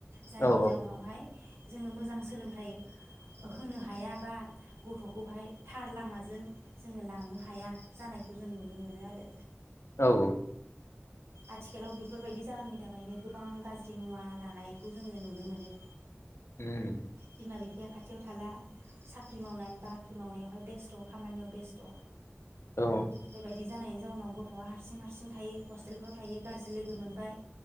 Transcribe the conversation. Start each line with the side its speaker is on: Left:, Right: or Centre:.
Right: जायनि
Left: औ
Right: जाउनावहाय जोङो मोजां सोलोंथाइ होनो हाया बा गथ'खौहाय थार लामाजों जोङो लांनो हाया जानायखौ जों नुनो मोनो आरो
Left: औ
Right: आथिखालाव बेफोरबायदि जाहोननि थाखायनो गोबां गाज्रि मुवा लानायखौ जोङो नुनो मोनो।
Left: उम
Right: बिमा बिफाया खाथियाव थाला साख्रि मावनाय बाख्रि मावनायावहाय बेस्थ' खामानियाव बेस्थ'
Left: औ
Right: बेबायदि जानाय जाउनाव गथ'आ हारसिं हारसिं थायो हस्टेलफ्राव थायो गाज्रि लोगो मोनबाय।